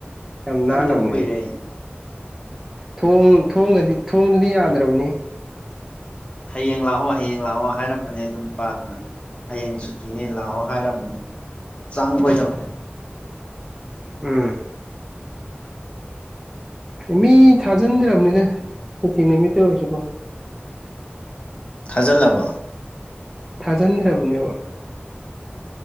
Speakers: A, in the centre; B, on the left.
A: ꯌꯥꯝ ꯅꯥꯜꯂꯕꯅꯦ
B: ꯆꯪꯗꯕ ꯀꯨꯏꯔꯦ
A: ꯊꯣꯡ ꯊꯣꯡꯒꯗꯤ ꯊꯣꯡꯗꯨꯗꯤ ꯌꯥꯗ꯭ꯔꯕꯅꯤꯍꯦ
B: ꯍꯌꯦꯡ ꯂꯥꯛꯑꯣ ꯍꯌꯦꯡ ꯂꯥꯛꯑꯣ ꯍꯥꯏꯔꯝꯕꯅꯦ ꯑꯗꯨ ꯅꯨꯄꯥꯗꯨꯅ ꯍꯌꯦꯡ ꯁꯨꯇꯤꯅꯦ ꯂꯥꯛꯑꯣ ꯍꯥꯏꯔꯝꯕꯅꯦ ꯆꯥꯡꯕꯗꯣ
A: ꯎꯝ ꯃꯤ ꯊꯥꯖꯤꯟꯗ꯭ꯔꯕꯅꯤꯗ ꯁꯨꯇꯤ ꯅꯨꯃꯤꯠꯇ ꯑꯣꯏꯔꯁꯨ ꯀꯣ
B: ꯊꯥꯖꯜꯂꯕꯣ
A: ꯊꯥꯖꯟꯗ꯭ꯔꯕꯅꯦꯕ